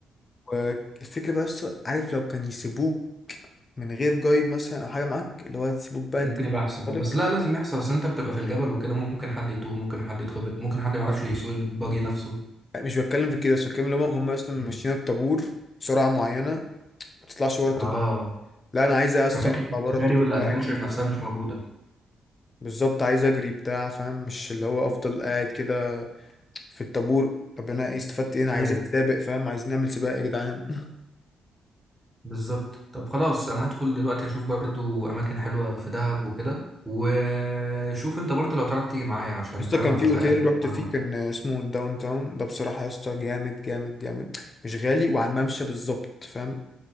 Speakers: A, on the left; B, in the centre.
A: والفكرة بقى بس عارف لو كان يسيبوك من غير جايد مثلا أو حاجة معاك اللي هو يسيبوك بقى
B: ممكن
A: أنت
B: يبقى احسن
A: طالق
B: بس لا لازم يحصل اصل انت بتبقى في الجبل وكده ممكن حد يتوه ممكن حد يتخبط ممكن حد ما يعرفش يسوق الباجي نفسه
A: مش بتكلم في كده بس بتكلم اللي هم هم أصلا
B: مم.
A: ماشيين الطابور سرعة معينة ما تطلعش بره الطابور
B: اه
A: لا أنا عايز بس
B: ففكرة
A: أطلع
B: السفاري
A: بره الطابور
B: والادفنتشر
A: ده أجري فاهم
B: نفسها مش موجودة
A: بالظبط عايز أجري بتاع فاهم مش اللي هو أفضل قاعد كده في الطابور طب أنا إيه استفدت إيه أنا عايز
B: ايوه
A: أتسابق فاهم عايزين نعمل سباق يا جدعان
B: بالظبط طب خلاص انا هدخل دلوقتي اشوف برضو اماكن حلوة في دهب وكده وشوف انت برضو لو تعرف تيجي معايا عشان
A: يا اسطى
B: فاهم
A: كان
B: ابقى
A: في اوتيل
B: زهقان
A: رحت
B: انا
A: فيه
B: لوحدي
A: كان اسمه الداون تاون ده بصراحة يا اسطى جامد جامد جامد مش غالي وعلى الممشى بالظبط فاهم